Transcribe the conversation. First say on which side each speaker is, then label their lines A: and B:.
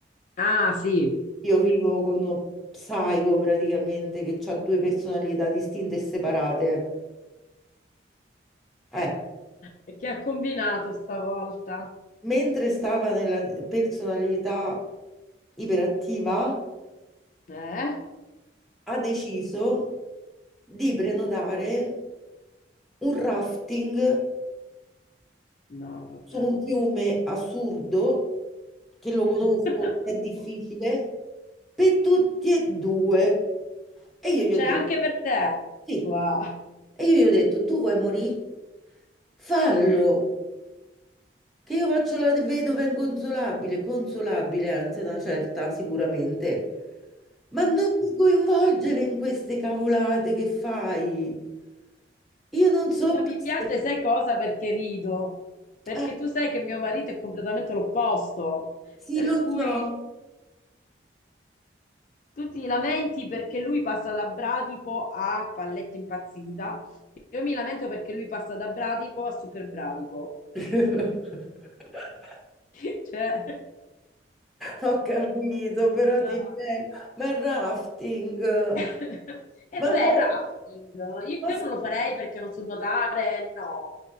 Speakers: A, on the left (about 45°); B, in the centre.
A: Ah, sì.
B: Io vivo con uno psico praticamente che ha due personalità distinte e separate. Eh.
A: E che ha combinato stavolta?
B: mentre stava nella personalità iperattiva,
A: Eh?
B: ha deciso di prenotare un rafting
A: No, vabbè.
B: su un fiume assurdo, che lo conosco,
A: <laughs>
B: è difficile, per tutti e due. E io gli
A: C'è
B: ho detto,
A: anche per te.
B: sì.
A: Wow.
B: E io gli ho detto, tu vuoi morire? Fallo. Che io faccio la vedova inconsolabile, consolabile, anzi, ad una certa, sicuramente. Ma non mi coinvolgere in queste cavolate che fai. Io non so.
A: Ma
B: queste-
A: mi piace, sai cosa? Perché rido. Perché
B: Eh,
A: tu sai che mio marito è completamente l'opposto.
B: sì,
A: Per
B: lo
A: cui...
B: so.
A: Tu ti lamenti perché lui passa da Bradipo a Palletta Impazzita. Io mi lamento perché lui passa da Bradipo a Super Bradipo.
B: <laughs>
A: <laughs> Cioè,
B: Ho capito, però
A: No.
B: ti prego. Ma il rafting.
A: e
B: Ma,
A: vabbè,
B: mo-
A: il rafting. Io
B: ma
A: io non lo farei perché non so nuotare, no.